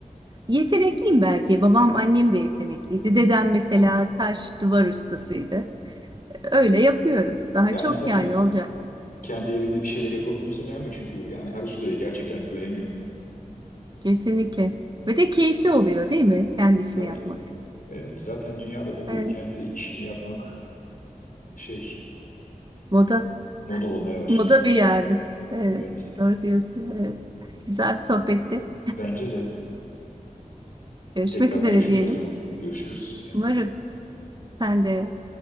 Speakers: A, on the right; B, on the left.
A: yetenekliyim belki. Babam annem de yetenekliydi.
B: hmm.
A: Dedem mesela taş duvar ustasıydı. Öyle yapıyorum. Daha
B: Ya
A: çok
B: insanın
A: yani olacak.
B: kendi evinde bir şeyler yapabilmesi önemli çünkü yani her ustaya gerçekten güvenilmiyor.
A: Kesinlikle. Ve de keyifli oluyor değil mi? Kendi işini
B: Tabii.
A: yapmak.
B: Evet, zaten dünyada da bu
A: Evet.
B: kendi işini yapmak şey
A: Moda.
B: moda olmaya başladı.
A: Moda bir yerde. Evet.
B: Evet.
A: Doğru diyorsun. Evet. Güzel bir sohbetti.
B: Bence de.
A: Görüşmek
B: Tekrar
A: üzere
B: görüşürüz
A: diyelim.
B: o zaman. Görüşürüz. Kendine
A: Umarım
B: iyi bak.
A: sen de